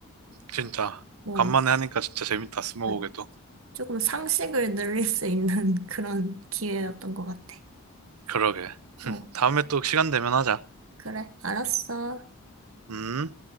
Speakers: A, on the right (about 85°); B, on the right (about 65°).
A: 진짜.
B: 뭐,
A: 간만에 하니까 진짜 재밌다, 스무고개도.
B: 네. 조금 상식을 늘릴 수 있는 <laughs> 그런 기회였던 것 같아.
A: 그러게. <laughs>
B: 어,
A: 다음에 또 시간 되면 하자.
B: 그래, 알았어.
A: 음.